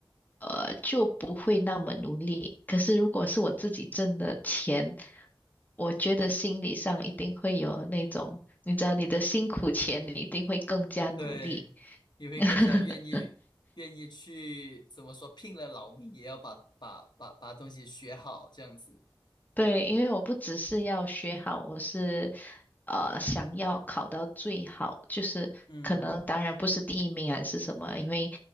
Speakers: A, on the left; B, on the left.
A: 呃就不会那么努力。可是如果是我自己挣的钱，我觉得心理上一定会有那种，你知道你的辛苦钱，你一定会更加努力。
B: 对，你会更加愿意愿意去怎么说，
A: <laughs>
B: 拼了老命也要把把把把东西学好，这样子。
A: 对，因为我不只是要学好，我是呃想要考到最好，就是可能当然不是第一名还是什么，
B: 嗯
A: 因为